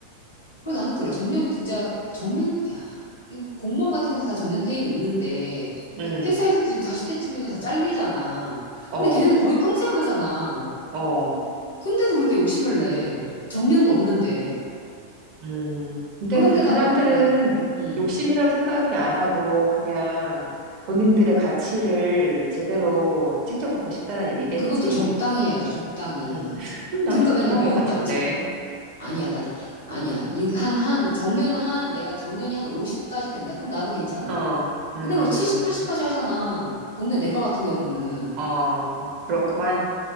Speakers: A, on the left (about 75°); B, on the right (about 45°).
A: 그래서 나는 그래. 정년, 진짜, 정년, 야, 이거 공무원 같은 것도 다 정년 퇴임 있는데,
B: 음,
A: 회사에서도 지금 40대쯤이면 다 잘리잖아.
B: 어,
A: 근데 걔네는 거의 평생 하잖아.
B: 어.
A: 근데도 그렇게 욕심을 내. 정년도 없는데.
B: 음, 근데
A: 그런데다가,
B: 그 사람들은
A: 음, 음.
B: 욕심이라고 생각이 안 하고 그냥 본인들의 가치를 제대로 책정받고 싶다는 얘기겠지.
A: 그것도 적당히 해야지, 적당히.
B: 음, 음, 난
A: 그러니까
B: 적절한
A: 맨날 미움받지.
B: 것 같은데.
A: 아니야, 난, 아니야. 이, 한, 한, 정년은 한, 내가 정년이 한 50까지 된다. 그럼 나도 괜찮아.
B: 어, 음,
A: 근데 막 70, 80까지 하잖아. 동네 내과 같은 경우는.
B: 어, 그렇구만.